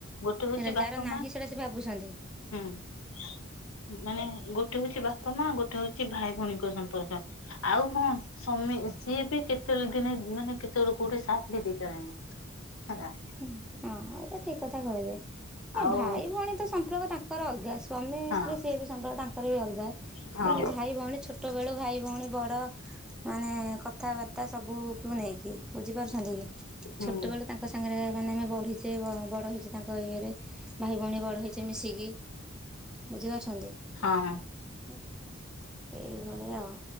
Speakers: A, on the left (about 90°); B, in the centre.
A: ଗୋଟେ ହଉଛି
B: ହେଲା
A: ବାପା
B: ଯାହାର ନାହିଁ
A: ମା
B: ସେଟା ସେ ଭାବୁଛନ୍ତି।
A: ହୁଁ। ମାନେ ଗୋଟେ ହଉଛି ବାପା ମା ଗୋଟେ ହଉଛି ଭାଇ ଭଉଣୀଙ୍କ ସମ୍ପର୍କ। ଆଉ ହଁ ସ୍ୱାମୀ ସିଏ ବି କେତେବେଳେ ଦିନେ ମାନେ କେତେବେଳେ କୋଉଠି ସାଥ ବି ଦେଇପାରେନି। <unintelligible>
B: ହଁ, ଏଇଟା ଠିକ୍ କଥା କହିଲେ। ନାଇ
A: ଆଉ
B: ଭାଇ ଭଉଣୀ ତ ସମ୍ପର୍କ ତାଙ୍କର ଅଲଗା। ସ୍ଵାମୀ
A: ହଁ
B: ସ୍ତ୍ରୀ ସିଏ ବି ସମ୍ପର୍କ ତାଙ୍କର ବି ଅଲଗା।
A: ହଁ
B: ହେଲେ ଭାଇ ଭଉଣୀ ଛୋ ଛୋଟବେଳୁ ଭାଇ ଭଉଣୀ ବଡ଼, ମାନେ କଥାବାର୍ତ୍ତା ସବୁକୁ ନେଇକି। ବୁଝିପାରୁଛନ୍ତି କି?
A: ହୁଁ
B: ଛୋଟବେଳୁ ତାଙ୍କ ସାଙ୍ଗରେ ମାନେ ଆମେ ବଢ଼ିଛେ ବଡ଼ ହେଇଚେ ତାଙ୍କ ଇଏରେ। ଭାଇ ଭଉଣୀ ବଡ଼ ହେଇଚେ ମିଶିକି। ବୁଝିପାରୁଛନ୍ତି?
A: ହଁ।
B: ଏଇଭଳି ଆଉ।